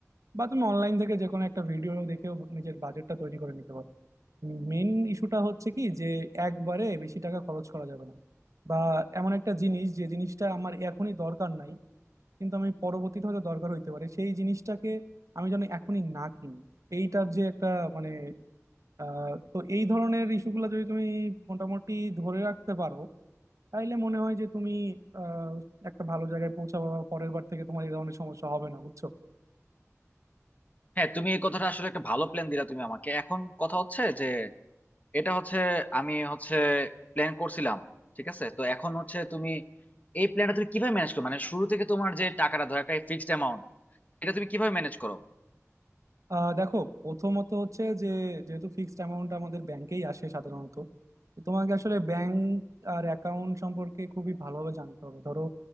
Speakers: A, on the right; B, on the left.
A: বা তুমি অনলাইন থেকে যে কোনো একটা ভিডিও দেখেও নিজের বাজেটটা তৈরি করে নিতে পারো মেন ইস্যুটা হচ্ছে কি যে একবারে বেশি টাকা খরচ করা যাবে না বা এমন একটা জিনিস যে জিনিসটা আমার এখনই দরকার নাই কিন্তু আমি পরবর্তীতে হয়তো দরকার হইতে পারে সেই জিনিসটাকে আমি যেন এখনই না কিনি এইটার যে একটা মানে আহ তো এই ধরনের ইস্যুগুলো যদি তুমি মোটামুটি ধরে রাখতে পারো তাইলে মনে হয় যে তুমি আহ একটা ভালো জায়গায় পৌঁছাবো বা পরের বার থেকে তোমার এই ধরনের সমস্যা হবে না বুঝছো
B: হ্যাঁ তুমি এই কথাটা আসলে একটা ভালো প্ল্যান দিলা তুমি আমাকে এখন কথা হচ্ছে যে এটা হচ্ছে আমি হচ্ছে প্ল্যান করছিলাম ঠিক আছে তো এখন হচ্ছে তুমি এই প্ল্যানটা তুমি কিভাবে ম্যানেজ করো মানে শুরু থেকে তোমার যে টাকাটা ধরো একটা ফিক্সড অ্যামাউন্ট এটা তুমি কিভাবে ম্যানেজ করো
A: আহ দেখো প্রথমত হচ্ছে যে যেহেতু ফিক্সড অ্যামাউন্ট আমাদের ব্যাংকেই আসে সাধারণত তো তোমাকে আসলে ব্যাংক আর অ্যাকাউন্ট সম্পর্কে খুবই ভালোভাবে জানতে হবে ধরো